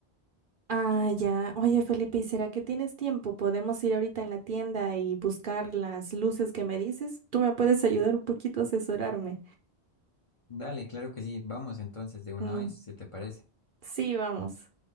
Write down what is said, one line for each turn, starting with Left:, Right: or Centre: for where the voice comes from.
Right: Ah, ya. Oye, Felipe, ¿y será que tienes tiempo? ¿Podemos ir ahorita en la tienda y buscar las luces que me dices? ¿Tú me puedes ayudar un poquito a asesorarme?
Left: Dale, claro que sí, vamos entonces de una
Right: Mm,
Left: vez, si te parece.
Right: sí, vamos.